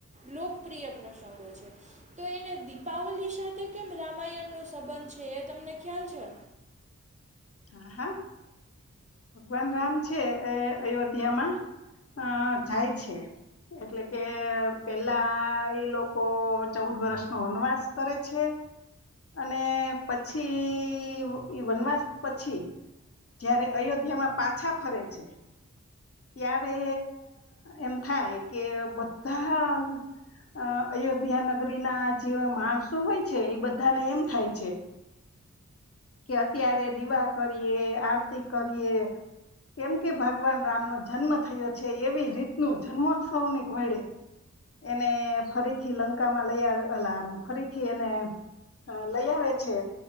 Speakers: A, on the right; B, on the left.
A: લોકપ્રિય પ્રસંગો છે તો એને દીપાવલી સાથે કેમ રામાયણનો સંબંધ છે એ તમને ખ્યાલ છે.
B: હાં હાં. ભગવાન રામ છે એ અયોધ્યામાં અ જાય છે. એટલે કે પેલા એ લોકો ચૌદ વર્ષ નો વનવાસ કરે છે અને પછી એ વનવાસ પછી જ્યારે અયોધ્યામાં પાછા ફરે છે. ત્યારે એમ થાય કે બધા અ અયોધ્યા નગરી ના જે માણસો હોય છે એ બધાને એમ થાય છે કે અત્યારે દીવા કરીએ, આરતી કરીએ કેમ કે ભગવાન રામનો જન્મ થયો છે એવી રીત ન જન્મોત્સવની ઘોડે એને ફરીથી લંકામાં લઈ આવેલા ફરીથી એને લઈ આવે છે